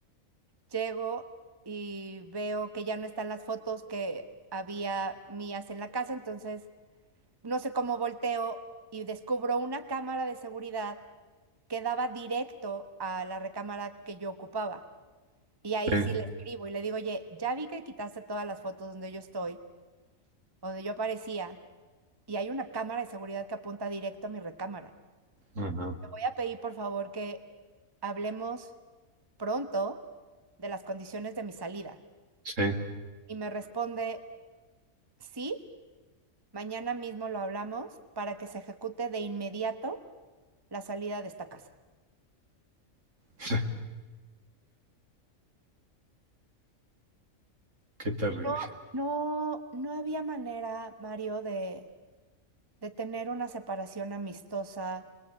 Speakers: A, on the right; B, on the right.
A: llego y veo que ya no están las fotos que había mías en la casa, entonces no sé cómo volteo y descubro una cámara de seguridad que daba directo a la recámara que yo ocupaba. Y ahí
B: sí,
A: sí le escribo y le digo, oye, ya vi que quitaste todas las fotos donde yo estoy, donde yo aparecía. y hay una cámara de seguridad que apunta directo a mi recámara.
B: ajá,
A: Te voy a pedir, por favor, que hablemos pronto de las condiciones de mi salida.
B: sí.
A: Y me responde, sí, mañana mismo lo hablamos para que se ejecute de inmediato la salida de esta casa.
B: <laughs> Qué terrible.
A: No, no, no había manera, Mario, de, de tener una separación amistosa,